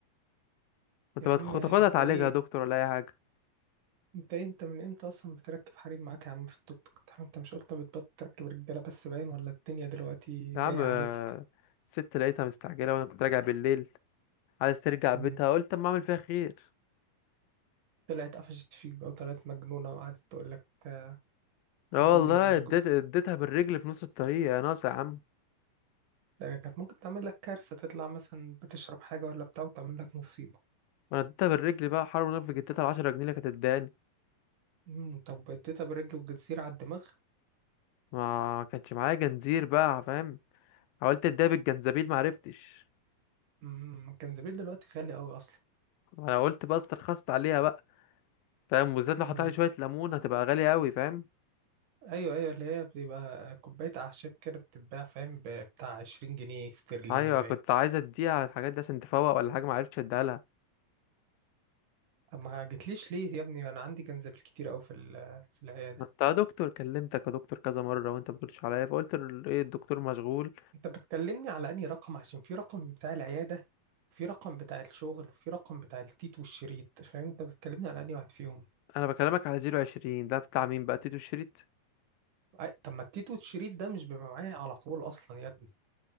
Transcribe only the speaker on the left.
وانت
بتخ-
تاخدها تعالجها
يا دكتور ولا اي حاجه
يا
عم آه،
الست لقيتها مستعجله وانا كنت راجع بالليل عايز ترجع
بيتها قلت اما اعمل فيها خير
اه
والله
اديت
اديتها بالرجل في نص الطريق يا ناقص يا عم
انا اديتها بالرجل بقى حرام نفسي اديتها العشرة جنيه اللي كانت اداني
ما كانش معايا جنزير بقى فاهم حاولت اديها بالجنزبيل معرفتش
انا قلت بقى استرخصت عليها بقى فاهم وبالذات
لو حطيت عليه شويه ليمون هتبقى غاليه قوي فاهم
ايوه
كنت عايز اديها على الحاجات دي عشان تفوق ولا حاجه معرفتش اديها لها
ما انت يا دكتور كلمتك يا دكتور كذا مره وانت بتردش عليا فقلت ال- ايه الدكتور مشغول
انا بكلمك على 020 ده بتاع مين بقى تيتو الشريط